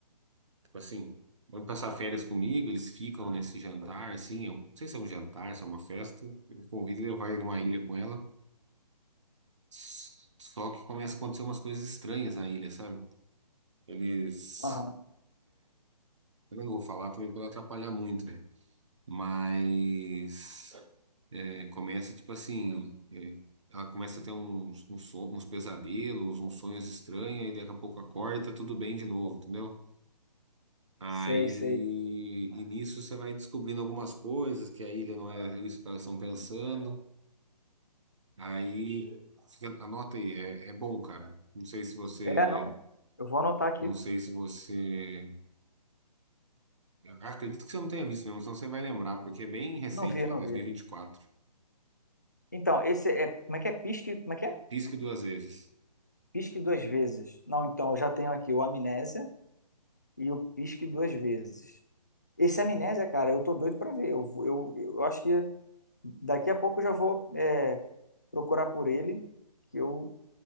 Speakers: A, on the right (about 50°); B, on the left (about 30°).
A: Tipo assim, vamos passar férias comigo, eles ficam nesse jantar, assim, eu não sei se é um jantar, se é uma festa. Ele convida e ele vai numa ilha com ela. S- Só que começa a acontecer umas coisas estranhas na ilha, sabe? Eles
B: Aham.
A: Eu não vou falar também para não atrapalhar muito, né? Mas é, começa, tipo assim, é, ela começa a ter uns, uns, so- uns pesadelos, uns sonhos estranhos, e daqui a pouco acorda, e tá tudo bem de novo, entendeu? Aí,
B: Sei, sei.
A: e nisso você vai descobrindo algumas coisas, que a ilha não é isso que elas estão pensando. Aí, fica- anota aí, é, é bom, cara. Não sei se você,
B: É, não. Eu vou anotar aqui.
A: não sei se você, acredito que você não tenha visto mesmo, senão você vai lembrar, porque é bem recente,
B: Não vi, não
A: é dois
B: vi.
A: mil e e vinte e quatro.
B: Então, esse é. Como é que é? Pisque? Como é que é?
A: Risque duas vezes.
B: Pisque duas vezes. Não, então eu já tenho aqui o Amnésia e o Pisque duas vezes. Esse Amnésia, cara, eu tô doido pra ver. Eu, vou- eu, eu acho que daqui a pouco eu já vou é, procurar por ele. Que eu...